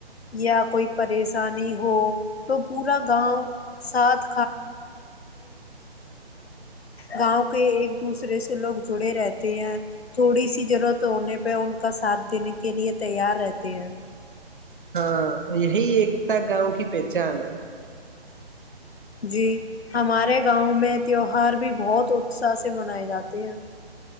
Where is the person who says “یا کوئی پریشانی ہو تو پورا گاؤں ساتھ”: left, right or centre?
Left